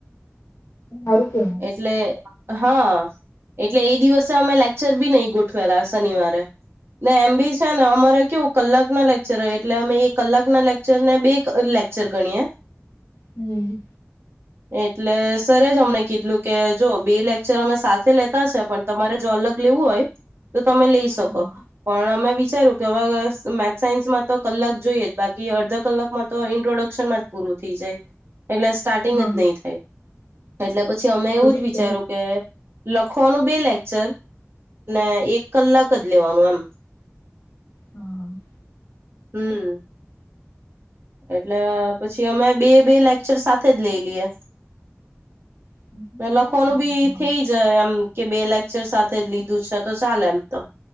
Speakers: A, on the left (about 80°); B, on the right (about 60°).
A: હારું કેવાય
B: એટલે હા. એટલે એ દિવસે અમે લેક્ચર બી નહી ગોઠવેલા શનિવારે. ને એમ બી છે ને અમારે કેવું કલાક ના લેક્ચર હોય એટલે અમે એ કલાક ના લેક્ચર ને બે લે લેક્ચર ગણીય
A: હમ.
B: એટલે સરે જ અમને કીધું. એલું કે જો બે લેક્ચર અમે સાથે લેતા છે પણ તમારે જો અલગ લેવું હોય તો તમે લઈ શ શકો.
A: હા.
B: પણ અમે વિચાર્યું કે હવે મેથ સાયન્સમાં તો કલાક જોઈએ જ બાકી અડધા કલાકમાં તો ઇન્ટ્રોડક્શનમાં જ પૂરું થઈ જાય એટલે સ્ટાર્ટિંગ
A: હા
B: જ નહી થાય એટલે પછી અમે એવું
A: એ બી
B: જ વિચાર્યું
A: છે.
B: કે લખવાનું બે લેક્ચર ને એક કલાક જ લેવાનું એમ
A: હમ
B: હમ એટલે પછી અમે બે બે લેક્ચર સાથે જ લઈ લઈએ.
A: <unintelligible>
B: ને લખવાનું બી થઈ એમ કે બે લેક્ચર સાથે લીધું છે તો ચાલે એમ તો